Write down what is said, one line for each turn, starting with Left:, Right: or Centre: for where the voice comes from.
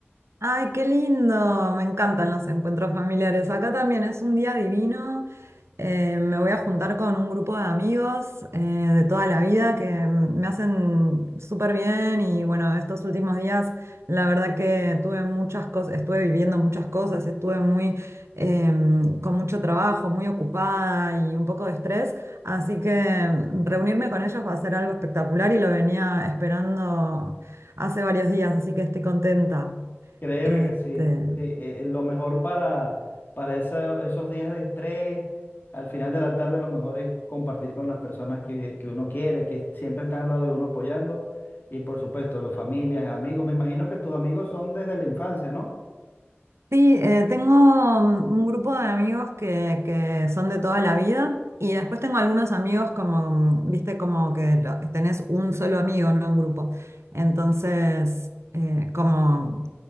Right: Ay, qué lindo, me encantan los encuentros familiares. Acá también es un día divino. Eh, me voy a juntar con un grupo de amigos eh, de toda la vida que mm, me hacen súper bien y bueno, estos últimos días la verdad que tuve muchas cosas, estuve viviendo muchas cosas, estuve muy em, con mucho trabajo, muy ocupada y un poco de estrés, así que mm, reunirme con ellos va a ser algo espectacular y lo venía esperando hace varios días, así que estoy contenta.
Left: Créeme
Right: Este,
Left: que sí. Sí, eh, eh, lo mejor para, para esa- esos días de estrés, al final de la tarde, lo mejor es compartir con las personas que, que uno quiere, que siempre están al lado de uno apoyando. Y por supuesto, las familias, amigos. Me imagino que tus amigos son desde la infancia, ¿no?
Right: sí, eh, tengo mm, un grupo de amigos que, que son de toda la vida y después tengo algunos amigos como, mm, viste, como que lo- tenés un solo amigo, no un grupo. Entonces, eh, como